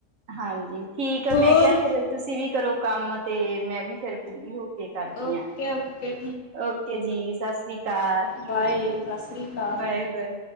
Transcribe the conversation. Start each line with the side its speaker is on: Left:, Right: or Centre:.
Right: ਹਾਂਜੀ ਠੀਕ ਆ।
Left: ਹੋਰ
Right: ਮੈਂ ਕਿਹਾ ਫੇਰ ਤੁਸੀਂ ਵੀ ਕਰੋ ਕੰਮ ਤੇ ਮੈਂ ਵੀ ਫਿਰ ਫਰੀ ਹੋ ਕੇ ਕਰਦੀ
Left: ਓਕੇ
Right: ਆ।
Left: ਓਕੇ
Right: ਓਕੇ ਜੀ ਸਤਿ ਸ੍ਰੀ ਅਕਾਲ।
Left: ਬਾਾਏ। ਸਤਿ ਸ਼੍ਰੀ ਅਕਾਲ।
Right: Bye bye